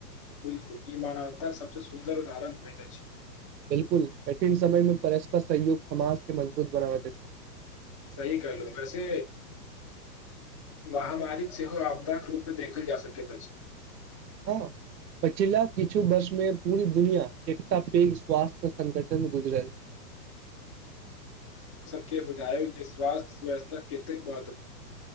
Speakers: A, on the left; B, on the right.
A: बिलकुल ई मानवताके सबसे सुन्दर उदाहरण होइत अछि
B: बिलकुल कठिन समय मे परस्पर सहयोग समाज के मजबूत बनाबति अछि
A: सही कहलो वैसे महामारिक सेहो आपदाक रूपमे देखल जा सकैत अछि
B: ह पछिला किछु वर्ष मे पूरी दुनिया एकटा पैघ स्वास्थ्य संगठन गुजरल
A: के विधायक जे स्वासथ्य व्यवस्था कतेक बहुत्व